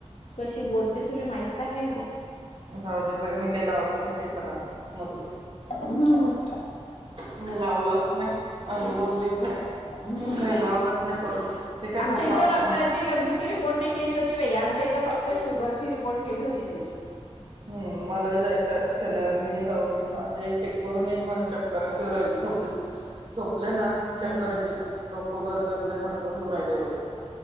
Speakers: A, on the left (about 65°); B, on the right (about 50°).
A: कशी बोलते, तुले माहित आहे ते.
B: जाऊ देऊ बाई. मी काही लावलंच नाही, त्याच्यानंतर. मरू दे.
A: हम. <inaudible>
B: मी लावलंच नाही. अन् बोललीच नाही.
A: हम्म
B: काही लावलंच नाही परत. ते काय
A: आमच्या
B: पप्पा
A: इथं रक्ता लघवीची, रिपोर्ट नाही केली होती बाई. आमच्या इथं फक्त, शुगरची रिपोर्ट केली होती, त्यांची.
B: हम्म, मलाही जायचंय आता शनिवारी. मीही जाऊन येईन. माझंही चेक करून येईन. मला चक्कर येऊ राहिली झोपेत. झोपले ना. की,
A: हम्म
B: चक्करच येत. डोकं गरगरल्या सारखंच होऊ राहिलं एवढ्यात.